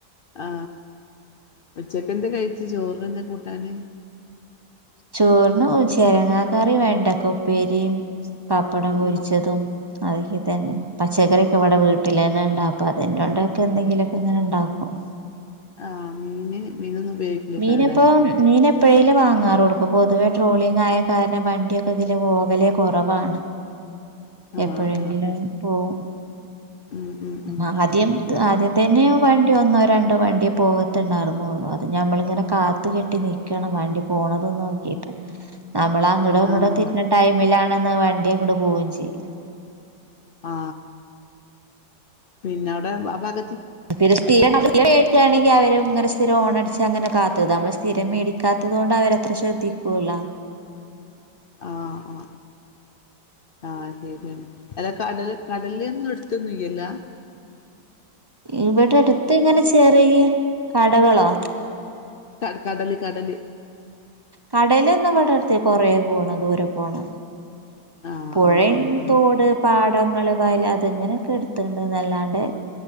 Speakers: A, on the left; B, on the right.
A: ആ ഇപ്പച്ചക്ക് എന്തേ കഴിച്ച് ചോറിന് എന്തേ കൂട്ടാന്?
B: ചോറിനു ചെരങ്ങാ കറിം വെണ്ടക്ക ഉപ്പേരിം. പപ്പടം പൊരിച്ചതും.
A: ഉം
B: അതൊക്കെ തന്നേണ് പച്ചക്കറിയോക്കെ ഇവിടെ വീട്ടിലെന്നെണ്ടാപ്പ അതെന്നോണ്ടൊക്കെ എന്തെങ്കിലൊക്കെ ഇങ്ങനെ ഇണ്ടാക്കും.
A: ആഹ് മീന് മീനൊന്നും ഉപയോഗിക്കില്ലേക്കാരല്ലേ
B: മീനെപ്പ മീന എപ്പോയെങ്കിലും വാങ്ങാറുള്ളൂ ഇപ്പൊ പൊതുവേ ട്രോളിങ് ആയ കാരണം വണ്ടിയൊക്കെ ഇതില് പോകലെ കുറവാണ്.
A: ആഹ്
B: എപ്പോഴെങ്കിലും
A: ആഹ് ആഹ്
B: പോവും.
A: ഉം ഉം ഉം
B: ആ ആദ്യം ആദ്യം അതന്നെ വണ്ടി ഒന്നോ രണ്ടോ വണ്ടിയേ പോകത്തുണ്ടായിരുന്നുള്ളു അ ത് ഞമ്മളിങ്ങനെ കാത്ത് കെട്ടി നിക്കണം വേണ്ടി പോണതും നോക്കിട്ട്. നമ്മൾ അങ്ങോട ഇങ്ങോടോ
A: ആഹ്
B: തിരിഞ്ഞ ടൈമിലാണെന്ന വണ്ടി അങ്ങോട്ട് പോവും ചെ <unintelligible>
A: ആ പിന്നെ അവിടെ ആ ഭഗ
B: <unintelligible> കേൾക്കുകയാണെങ്കിൽ അവരും ഇങ്ങനെ സ്ഥിരം ഓണടിച്ച അങ്ങനെ കാത്തത്, നമ്മൾ സ്ഥിരം മേടിക്കാത്തത് കൊണ്ട് അവരത്ര ശ്രദ്ധിക്കൂല്ല.
A: ആ ആ ആ അ ശരിയാണ് അല്ലാ കടൽ കടലന്നും <unintelligible>
B: ഇവിടെ അടുത്ത് എങ്ങനെ ചെറിയ കടകളോ
A: ക കടൽ കടൽ
B: കടലൊന്നും ഇവിടെ അടുത്ത് കൊറെ പോണം ദൂരം പോണം
A: ആഹ്
B: പുഴയ്
A: ആഹ് ആഹ് ആഹ്
B: തോട് പാട ടങ്ങളൾ വയൽ അതെങ്ങനൊക്കെ എടു തുണ്ട് നല്ലാണ്ട്